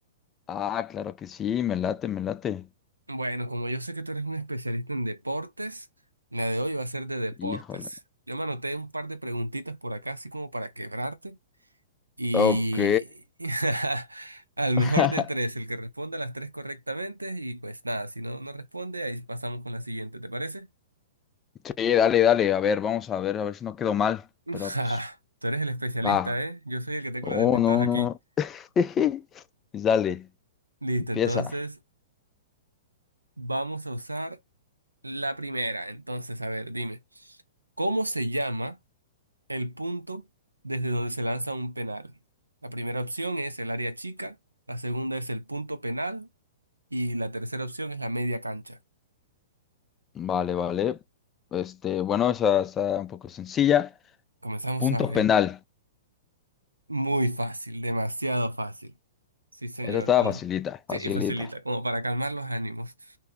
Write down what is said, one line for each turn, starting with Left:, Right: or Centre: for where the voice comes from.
Left: Ah, claro que sí, me late, me late.
Right: Bueno, como yo sé que tú eres un especialista en deportes, la de hoy va a ser de deportes.
Left: Híjole.
Right: Yo me anoté un par de preguntitas por acá, así como para quebrarte. Y
Left: Ok.
Right: <laughs> al mejor
Left: <laughs>
Right: de tres, el que responda las tres correctamente. Y pues nada, si no, no responde, ahí pasamos con la siguiente, ¿te parece?
Left: Sí, dale, dale, a ver, vamos a ver, a ver si no quedo mal,
Right: <laughs>
Left: pero
Right: Ja,
Left: pues
Right: Tú eres el especialista,
Left: va.
Right: ¿eh? Yo soy el que tengo
Left: Oh,
Right: la desventaja
Left: no,
Right: aquí.
Left: no. <laughs> Pues dale,
Right: Listo,
Left: empieza.
Right: entonces vamos a usar la primera. Entonces, a ver, dime, ¿cómo se llama el punto desde donde se lanza un penal? La primera opción es el área chica, la segunda es el punto penal y la tercera opción es la media cancha.
Left: Vale, vale. Este, bueno, esa está un poco sencilla.
Right: Comenzamos
Left: Punto
Right: a ver.
Left: penal.
Right: Muy fácil, demasiado fácil. Sí, señor.
Left: Esa estaba
Right: pum.
Left: facilita,
Right: Sí,
Left: facilita.
Right: facilita, como para calmar los ánimos.